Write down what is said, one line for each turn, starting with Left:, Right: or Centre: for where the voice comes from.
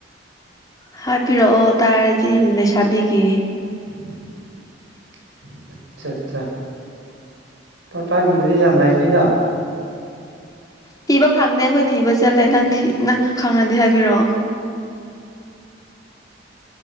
Left: ꯍꯥꯏꯕꯤꯔꯛꯑꯣ ꯇꯥꯔꯗꯤ ꯂꯩꯁꯥꯕꯤꯒꯦ
Right: <unintelligible> ꯑꯠꯆꯥ ꯑꯠꯆꯥ ꯄꯇꯥꯡꯕꯗꯤ ꯌꯥꯝ ꯂꯩꯅꯤꯗ
Left: ꯊꯤꯕ ꯐꯪꯗꯦ ꯑꯩꯈꯣꯏ ꯊꯤꯕ ꯆꯠꯂꯦ ꯅꯪ ꯅꯪ ꯈꯪꯉꯗꯤ ꯍꯥꯏꯕꯤꯔꯛꯑꯣ